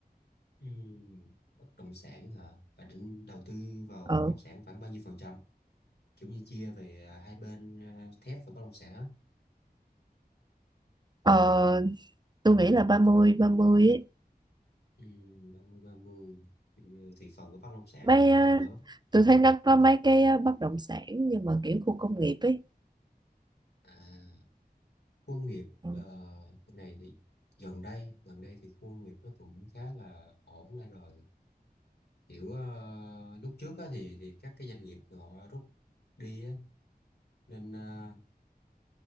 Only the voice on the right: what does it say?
ờ
ờ tôi nghĩ là 30 30 ấy
mấy
ờ,
tôi thấy nó có mấy cái ờ, bất động sản nhưng mà kiểu khu công nghiệp ấy
ừ.